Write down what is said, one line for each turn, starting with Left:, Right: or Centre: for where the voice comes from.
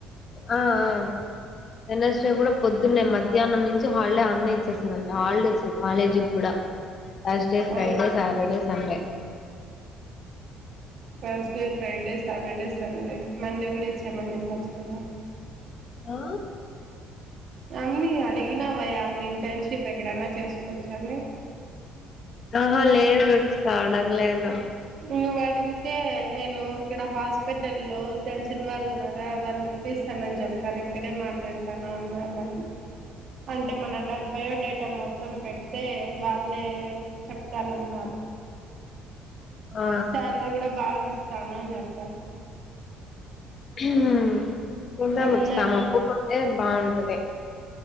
Left: ఆ ఆ వెనస్డే కూడా పొద్దున్నే మధ్యాహ్నం నుంచి హాలిడే అన్న ఇచ్చేసిందింటే హాలిడేస్ కాలేజీ కూడా టస్డే,
Right: ఓ
Left: Friday, Saturday, Sunday
Right: Thursday Friday Saturday Sunday Monday కూడా ఇచ్చేయమని చెప్పు వచ్చు కదా
Left: ఆ
Right: అమ్ని అడిగినా వయా అమ్ని ఇంటర్న్షిప్ ఎక్కడనా చేసుకోవచ్చా అని
Left: ఆహా లేదు అడగలేదు
Right: నువ్వు అడిగితే నేను ఇక్కడ హాస్పిటల్ లో తెలిసిన వాళ్ళు ఉన్నారా వాళ్ళు చెపిస్తానని చెప్పారు ఇక్కడే మాట్లాడతాను అన్నారు అంటే మన డా బయోడేటా మొ త్తం పెడితే వాళ్ళే చెప్తానన్నారు
Left: ఆ
Right: శాలరీ కూడా బాగా ఇస్తాను అని చెప్పారు
Left: ఉహుమ్ చూద్దాం
Right: ఎంఎల్
Left: ముచ్చుతాం ఓప్పుకుంటే బాగుంటది